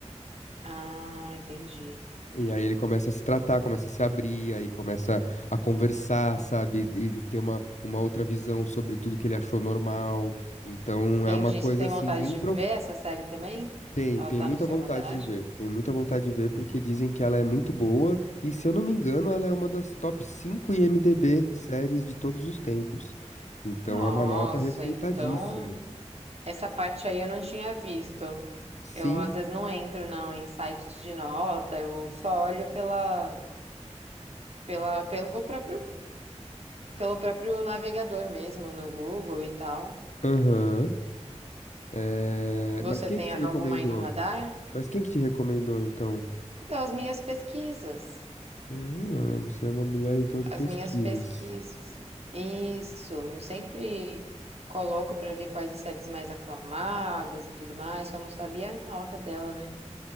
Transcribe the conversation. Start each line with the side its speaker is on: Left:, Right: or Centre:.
Right: Ah, entendi.
Left: E aí ele começa a se tratar, começa a se abrir, aí começa a conversar, sabe? E e ter uma, uma outra visão sobre tudo que ele achou normal. Então
Right: Entendi.
Left: é uma coisa
Right: Você tem
Left: assim
Right: vontade
Left: bem
Right: de
Left: profunda.
Right: ver essa série também?
Left: Tenho,
Right: Ela
Left: tenho
Right: tá
Left: muita
Right: no seu
Left: vontade
Right: radar?
Left: de ver. Tenho muita vontade de ver porque dizem que ela é muito boa e se eu não me engano, ela é uma das top 5 IMDb séries de todos os tempos. Então
Right: Nossa,
Left: é uma nota respeitadíssima.
Right: então. Essa parte aí eu não tinha visto.
Left: Sim,
Right: Eu às vezes não entro não em sites de nota, eu só olho pela, pela, pelo próprio pelo próprio navegador mesmo, no Google e tal.
Left: aham. É,
Right: E você
Left: Mas quem
Right: tem
Left: que te
Right: alguma
Left: recomendou?
Right: aí no radar?
Left: Mas quem que te recomendou então?
Right: Então, as minhas pesquisas.
Left: Ah, você é uma mulher então de
Right: As
Left: pesquisas.
Right: minhas pesquisas. Isso, eu sempre coloco pra ver quais as séries mais aclamadas e tudo mais, só não sabia a nota dela, né?